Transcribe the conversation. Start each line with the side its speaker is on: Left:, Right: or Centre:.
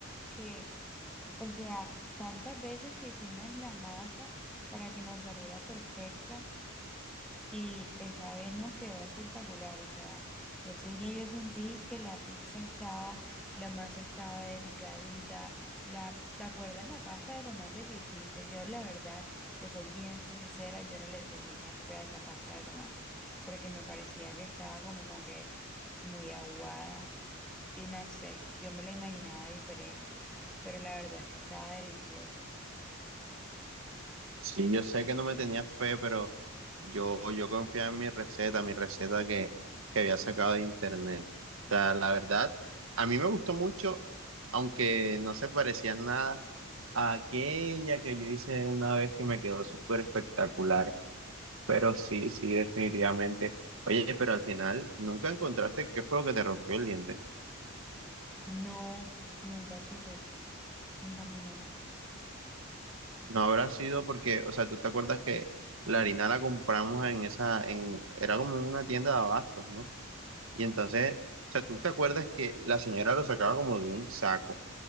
Centre: que, o sea, tantas veces que hicimos la masa para que nos saliera perfecta. Y esa vez nos quedó espectacular, o sea, ese día yo sentí que la pizza estaba, la masa estaba delgadita, la, ¿te acuerdas la pasta de tomate que hiciste? Yo la verdad, te soy bien sincera, yo no le tenía fe a esa pasta de tomate, porque me parecía que estaba como que muy aguada y no sé, yo me la imaginaba diferente, pero la verdad es que estaba deliciosa.
Right: Sí, yo sé que no me tenía fe, pero yo, yo confiaba en mi receta, mi receta que, que había sacado de internet. O sea, la verdad, a mí me gustó mucho, aunque no se parecía en nada a aquella que yo hice una vez que me quedó súper espectacular. Pero sí, sí, definitivamente. Oye, pero al final, ¿nunca encontraste qué fue lo que te rompió el diente?
Centre: No, nunca supe, imagínate.
Right: No habrá sido porque, o sea, tú te acuerdas que la harina la compramos en esa, en, era como una tienda de abastos, ¿no? Y entonces, o sea, tú te acuerdas que la señora lo sacaba como de un saco.